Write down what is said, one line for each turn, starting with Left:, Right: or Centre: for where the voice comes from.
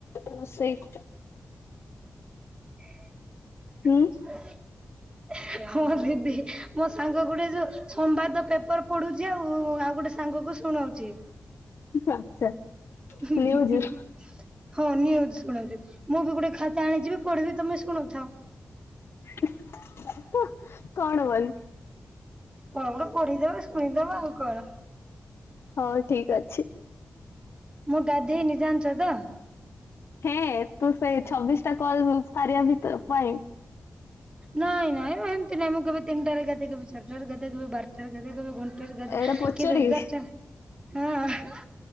Left: ରୋଷେଇ?
Right: <unintelligible>
Left: ହୁଁ
Right: <unintelligible> ହଁ ଦିଦି ମୋ ସାଙ୍ଗ ଗୁଡେ ଯୋଉ ସମ୍ବାଦ ପେପର ପଢୁଛି ଆଉ- ଆଉ ଗୋଟେ ସାଙ୍ଗକୁ ଶୁଣଉଛି।
Left: ଆଚ୍ଛା
Right: ହୁ
Left: ନ୍ୟୁଜ
Right: ହୁ ହମ୍। ହଁ ନିଅ ଶୁଣ ଦିଦି ମୁଁ ବି ଗୋଟେ ଖାତା ଆଣିଯିବି ପଢ଼ିବି ତମେ ଶୁଣୁଥାଅ।
Left: <unintelligible> କଣ ବୋଲି?
Right: କଣ ଗୋଟେ ପଢ଼ିଦେବା ଶୁଣିଦେବା ଆଉ କଣ।
Left: ହଁ ଠିକ୍ ଅଛି।
Right: ମୁଁ ଗାଧେଇନି ଜାଣିଛ ତ?
Left: ହେଁ ତୁ ସେଇ ଛବିଶ ଟା କଲ <unintelligible> ସାରିବା ଭିତର ପାଇଁ
Right: ନାଇଁ ନାଇଁ ଏମତି ନାଇଁ ମୁଁ କେବେ ତିନିଟାରେ ଗାଧେ, କେବେ ଚାରିଟାରେ ଗାଧେ। କେବେ ବାରଟାରେ ଗାଧେ କେବେ ଘଣ୍ଟେରେ ଗାଧେ
Left: ଏଇଟା ପଚାରିବି
Right: କେବେ ଏଗାର ଟା ହଁ।